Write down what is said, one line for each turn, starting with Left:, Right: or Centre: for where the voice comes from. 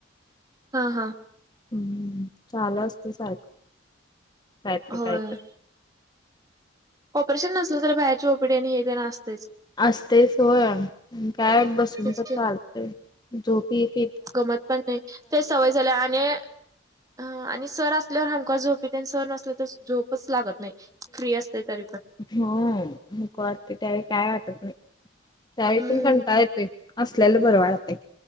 Right: हा हा
Left: हम्म चालू असतय सारखं कायतरी
Right: होय
Left: कायत
Right: ऑपरेशन नसलं तरी बाहेरची ओ पी डी आणि हे तेन असतेच
Left: असतयच होय आण काय बसून
Right: तेच
Left: तर चालतय
Right: की
Left: झोप एक
Right: गमत पण नाही ते सवय झाल्या आणि ह आणि सर असल्यावर हमकास झोप येत्या आणि सर नसले तर झोपच लागत नाही फ्री असतय तरी पण
Left: होय नको वाटतय त्यावेळी काय वाटत नाही- त्यावेळी
Right: हम्म
Left: पण कंटाळ येतोय असल्याल बरं वाटतय.